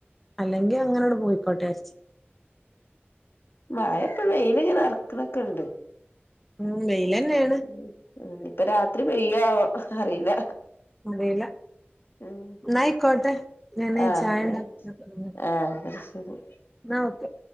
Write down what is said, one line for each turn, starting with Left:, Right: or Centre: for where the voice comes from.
Centre: അല്ലെങ്കിൽ അങ്ങനണ്ട് പോയിക്കോട്ടെ ച്ച്
Left: മഴയിപ്പോ, വെയിലിങ്ങനെ എറ്ക്ക്ണക്കണ്ട്.
Centre: ഉം വെയിലനെണ്.
Left: ഉം ഉം ഇപ്പം രാത്രി പെയ്യാവോ. അറീല്ല
Centre: അറിയില്ല.
Left: ഉം
Centre: ന്ന ആയികോട്ടെ, ഞാന്
Left: ആഹ്
Centre: ചായ
Left: എന്നാ
Centre: ഉണ്ടാക്കാ തോടങ്ങ
Left: ആഹ് ശരി
Centre: ന്നാ ഓക്കെ.